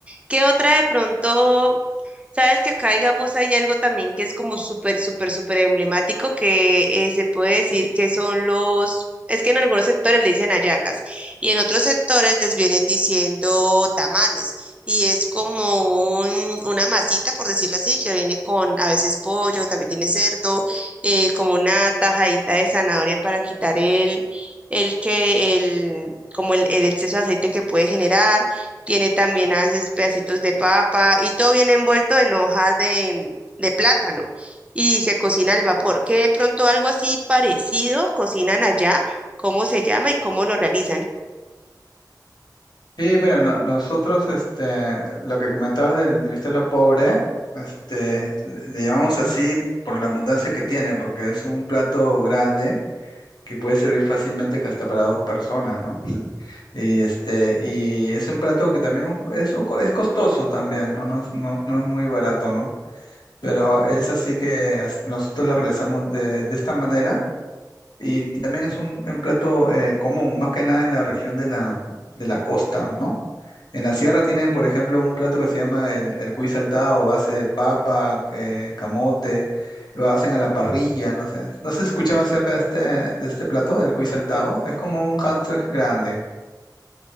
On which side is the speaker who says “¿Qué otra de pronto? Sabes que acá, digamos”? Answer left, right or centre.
Right